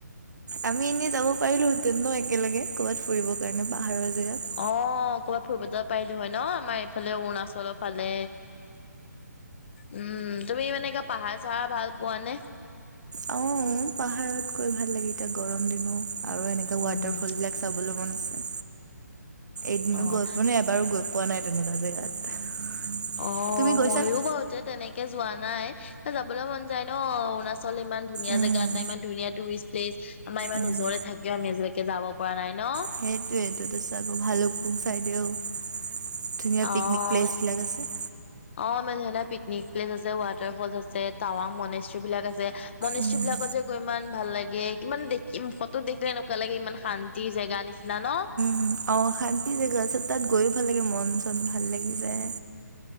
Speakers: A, on the right (about 70°); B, on the left (about 40°).
A: আমি এনেই যাব পাৰিলোহেঁতেন একেলগে কৰ'ৰবাত ফুৰিবৰ কাৰণে পাহাৰৰ জেগাত
B: অ', কৰবাত ফুৰিব যব পাৰিলো হয় ন' আমাৰ এইফালে অৰুণাচলৰ ফালে। উম, তুমি মানে কা পাহাৰ চাহাৰ ভাল পোৱা নে?
A: অ', পাহাৰত গৈ ভাল লাগে এতিয়া গৰম দিনত আৰু এনেকা
B: উম
A: ৱাটাৰ ফল বিলাক চাবলৈ মন আছে এদিনো
B: অ',
A: গৈ পোৱা নাই। বাৰু গৈ পোৱা নাই তেনেকুৱা জেগাত।
B: অ',
A: তুমি গৈছানে
B: ময়ো বাৰু তে তেনেকে যোৱা নাই, যাবলৈ মন যায় ন, অৰুণাচল ইমান ধুনীয়া
A: উম
B: জোগা, এটা ইমান ধুনীয়া টুৰিষ্ট প্লেচ, আমাৰ ইমান
A: উম
B: ওজৰৰে থাকে আমি এজিলৈকে যাব পৰা নাই ন,
A: সেইটোৱেইটো, তাৰপাছত আকৌ ভালুকপুং চাইদেউ। ধুনীয়া,
B: অ'
A: পিকনিক প্লেচ বিলাক আছে।
B: অ, মানুহলে পিকনিক প্লেচ আছে, ৱাটাৰ ফল আছে, টাৱাং মনেশ্ৰী বিলাক আছে। মনষ্যী
A: উম,
B: বিলাকত যে ইমান ভাল লাগে, কিমান দেখিম ফটো দেখিলে এনেকুৱা লাগে ইমান শান্তি জেগা নিচিনা ন,
A: উম, অ, অশান্তি জেগা আছে তাত, গৈও ভাল লাগে মন চন ভাল লাগি যায়।